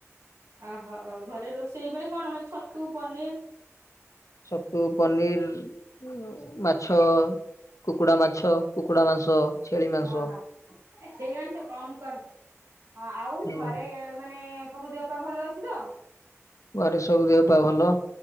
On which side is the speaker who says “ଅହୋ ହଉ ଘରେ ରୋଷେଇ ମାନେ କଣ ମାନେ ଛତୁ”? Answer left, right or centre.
Right